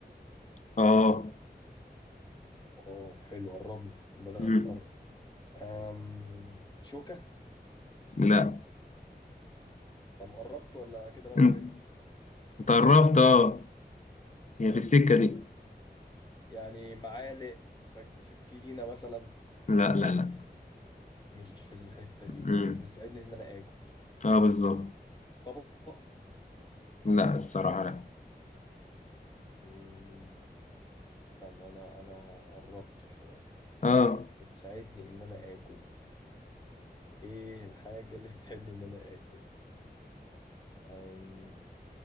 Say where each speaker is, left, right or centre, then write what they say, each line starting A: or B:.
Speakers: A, on the left; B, on the left.
A: اه
B: اه حلو قربنا بدأنا
A: امم
B: نقرب أم... شوكة
A: لا
B: طب قربت ولا كده ببعد
A: انت أنت قربت اه هي
B: طب
A: في السكه
B: ما...
A: دي
B: يعني معالق سك... سكينة مثلا
A: لا لا لا
B: مش في الحتة دي
A: امم
B: بس بتساعدني ان انا اكل
A: اه بالظبط
B: طبق
A: لا الصراحه لا
B: مم... استنى انا انا قربت شوية
A: اه
B: بتساعدني ان انا اكل ايه الحاجة اللي <laughs> تساعدني ان انا اكل أم...